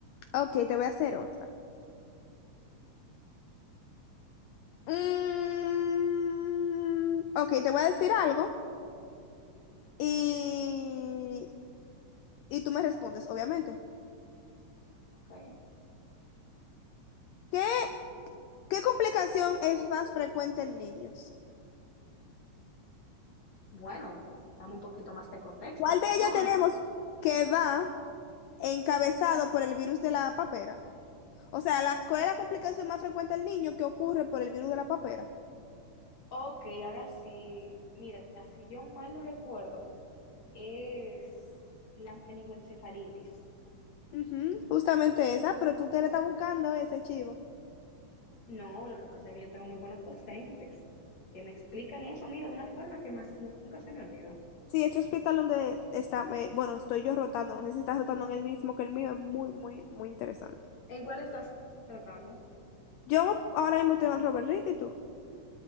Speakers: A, on the left (about 75°); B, on the left (about 40°).
A: Ok, te voy a hacer otra. Mm, ok, te voy a decir algo y, y tú me respondes, obviamente.
B: Ok.
A: ¿Qué, qué complicación es más frecuente en niños?
B: Bueno, dame un poquito más de contexto,
A: ¿Cuál de ellas
B: ¿no?
A: tenemos que va encabezado por el virus de la papera? O sea, la, ¿cuál es la complicación más frecuente en niño que ocurre por el virus de la papera?
B: Ok, ahora sí, mira, si yo mal no recuerdo, es la meningoencefalitis.
A: Ujú, justamente esa, pero tú te la estás buscando ese chivo.
B: No, lo que pasa es que yo tengo muy buenos docentes que me explican eso, mira, de una forma que más nunca se me olvida.
A: Sí, este hospital donde está, eh, bueno, estoy yo rotando, no sé si estás rotando en el mismo que el mío, es muy, muy, muy interesante.
B: ¿En cuál estás tratando?
A: Yo ahora mismo tengo el Robert Reed y tú.